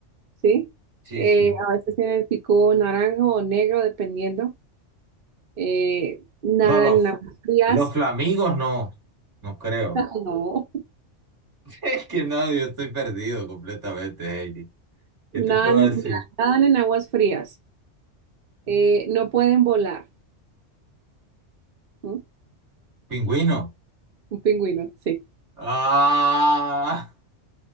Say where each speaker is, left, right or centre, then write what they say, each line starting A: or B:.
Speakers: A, on the right; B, on the right.
A: ¿sí?
B: Sí,
A: Eh,
B: sí.
A: a veces tiene el pico naranja o negro, dependiendo. eh, nadan
B: No, los,
A: en aguas frías,
B: los flamingos no, no creo.
A: <laughs> no,
B: <laughs> Es que no, yo estoy perdido completamente, Heidi. ¿Qué te
A: nadan,
B: puedo decir?
A: en nadan en aguas frías, eh, no pueden volar. ¿m?
B: Pingüino.
A: Un pingüino, sí.
B: Ah,